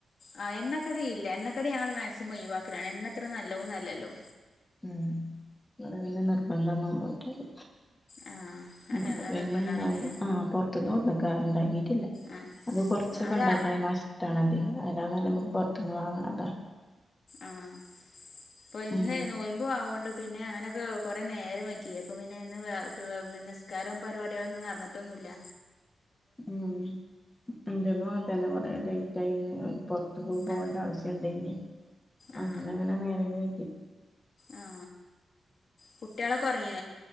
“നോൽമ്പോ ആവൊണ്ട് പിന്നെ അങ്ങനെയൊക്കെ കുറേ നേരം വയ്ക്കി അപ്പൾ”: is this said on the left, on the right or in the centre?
Left